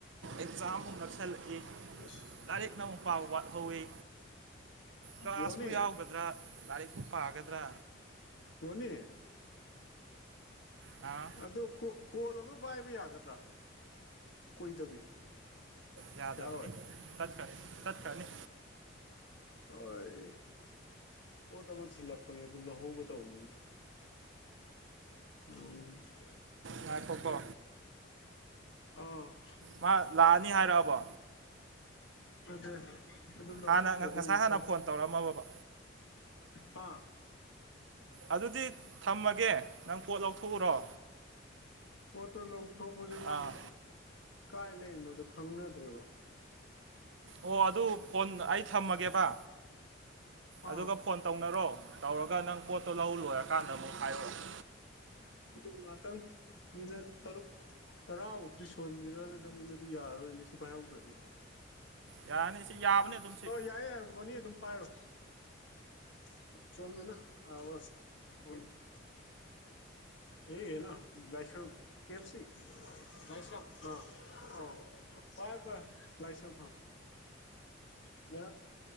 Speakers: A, on the right; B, on the left.
A: ꯑꯦꯛꯖꯥꯝ ꯃꯨꯛ ꯅꯛꯁꯜꯂꯛꯏ
B: ꯑꯁ
A: ꯂꯥꯏꯔꯤꯛꯅ ꯑꯃꯨꯛ ꯄꯥꯕ ꯋꯥꯠꯍꯧꯢ ꯀ꯭ꯂꯥꯁꯄꯨ
B: ꯕꯣꯅꯤ
A: ꯌꯥꯎꯒꯗ꯭ꯔꯥ ꯂꯥꯏꯔꯤꯛꯄꯨ ꯄꯥꯒꯗ꯭ꯔꯥ
B: ꯕꯣꯅꯤ
A: ꯍꯥꯎ
B: ꯑꯗꯨ ꯀꯣ ꯀꯣꯜ ꯑꯃ ꯄꯥꯏꯕ ꯌꯥꯒꯗ꯭ꯔꯥ ꯀꯨꯏꯗꯕꯤ
A: ꯌꯥꯗꯕꯅꯤ
B: ꯌꯥꯔꯣꯏ
A: ꯇꯠꯈ꯭ꯔ ꯇꯠꯈ꯭ꯔꯅꯤ
B: ꯍꯣꯏ ꯄꯣꯠ ꯑꯃ ꯊꯤꯜꯂꯛꯄꯅꯤ ꯑꯗꯨ ꯂꯧꯍꯧꯒꯦ ꯇꯧꯕꯅꯤꯅꯦ <unintelligible>
A: ꯉꯥꯢꯈꯣꯀꯣ
B: ꯑ
A: ꯃꯥ ꯂꯥꯛꯑꯅꯤ ꯍꯥꯏꯔꯛꯑꯕꯣ
B: ꯅꯠꯇꯦ ꯑꯗꯨ ꯂꯧꯍꯧꯗ꯭ꯔꯗꯤ
A: ꯍꯥꯟꯅ ꯉ- ꯉꯁꯥꯏ
B: ꯑꯃꯨꯛ
A: ꯍꯥꯟꯅ
B: ꯐꯔꯛ
A: ꯐꯣꯟ ꯇꯧꯔꯛꯑꯝꯃꯕ
B: ꯍꯥ
A: ꯑꯗꯨꯗꯤ ꯊꯝꯃꯒꯦ ꯅꯪ ꯄꯣꯠ ꯂꯧꯊꯣꯛꯎꯔꯣ
B: ꯄꯣꯠꯇꯣ ꯂꯧꯊꯣꯛꯄꯖꯦ ꯃꯥ
A: ꯑꯥ
B: ꯀꯥꯏ ꯂꯩꯔꯤꯅꯣꯗꯣ ꯈꯪꯅꯗ꯭ꯔꯦꯕ
A: ꯑꯣ ꯑꯗꯨ ꯐꯣꯟ ꯑꯩ ꯊꯝꯃꯒꯦꯕ
B: ꯑꯥ
A: ꯑꯗꯨꯒ ꯐꯣꯟ ꯇꯧꯅꯔꯣ ꯇꯧꯔꯒ ꯅꯪ ꯄꯣꯠꯇꯣ ꯂꯧ ꯂꯣꯏꯔꯀꯥꯟꯗ ꯑꯃꯨꯛ ꯍꯥꯏꯔꯛꯑꯣ
B: ꯑꯗꯨꯗꯤ ꯉꯥꯇꯪ ꯃꯤꯅꯠ ꯇꯔꯨꯛ ꯇꯔꯥꯕꯥꯎꯗꯤ ꯁꯨꯍꯟꯖꯤꯔꯅ ꯈꯟꯕꯅꯦ ꯑꯗꯨ ꯌꯥꯔꯔꯣꯏꯅꯦ ꯁꯤ ꯄꯥꯏꯍꯧꯗ꯭ꯔꯗꯤ
A: ꯌꯥꯔꯅꯤ ꯁꯤ ꯌꯥꯕꯅꯤ ꯑꯗꯨꯝ ꯁꯤ
B: ꯑꯣ ꯌꯥꯏꯌꯦ ꯌꯥꯢꯌꯦ ꯕꯣꯅꯤ ꯑꯗꯨꯝ ꯄꯥꯏꯔꯣ <unintelligible> ꯑꯦ ꯌꯦꯅꯥ ꯂꯥꯏꯁ꯭ꯔꯝ ꯀꯦ ꯑꯦꯐ ꯁꯤ ꯂꯥꯏꯁ꯭ꯔꯝ ꯑ ꯑ ꯄꯥꯏꯌꯨ ꯄꯥꯏꯌꯨ ꯂꯥꯏꯁ꯭ꯔꯝ ꯍꯥ <unintelligible>